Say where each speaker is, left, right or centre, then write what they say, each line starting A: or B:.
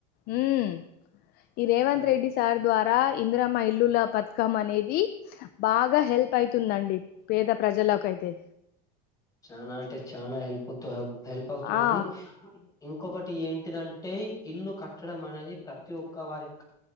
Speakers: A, on the left (about 45°); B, on the left (about 15°).
A: మ్మ్ ఈ రేవంత్
B: ఆ
A: రెడ్డి సార్ ద్వారా ఇంద్రమ్మ ఇల్లుల పతకం అనేది బాగా హెల్ప్ అయితుందండి పేద ప్రజలకైతే
B: చానా అంటే చానా హెల్ప్ కొత్తగా హెల్ప్ అవుతున్నది
A: ఆ
B: ఇంక్ ఇంకొకటి ఏంటిదంటే ఇల్లు కట్టడం అనేది ప్రతి ఒక్క వారికి